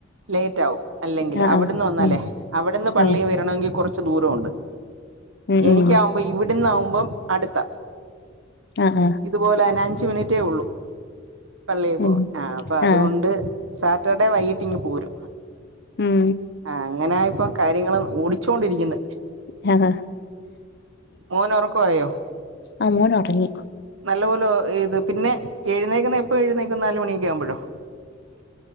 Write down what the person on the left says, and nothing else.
ആഹ്
ആഹ്
ആഹ് ആഹ് ഉം
ആഹ്
ഉം
ഉം
ആഹ് ആഹ്
ഉം
ആഹ്
ഉം
ഹഹ
ആ മോൻ ഉറങ്ങി